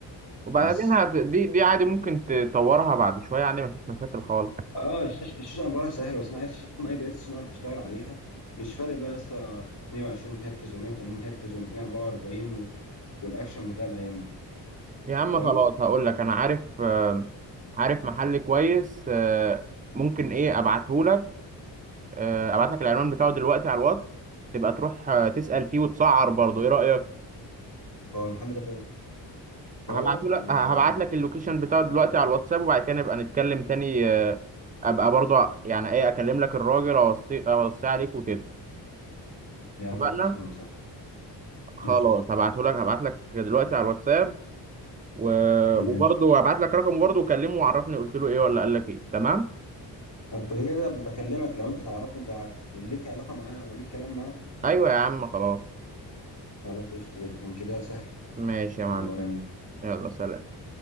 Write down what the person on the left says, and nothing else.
بس
اه الشاشة الشاشة امبارح سهلة بس انا عايز الشاشة تكون اي بي اس عشان اعرف اشتغل عليها مش فارق بقى يا اسطى 120 هرتز و180 هرتز و244 وال- والاكشن بتاع الايام دي
فاهم
هو المحل ده فين القاهرة
ولا
يا عم
خلصانة صح
قشطة
ماشي
طب كده بكلمك لو انت تعرفه انت ليك علاقة معاه او ليك كلام معاه
خلاص قشطة كده كان كده سهل
الموضوع جميل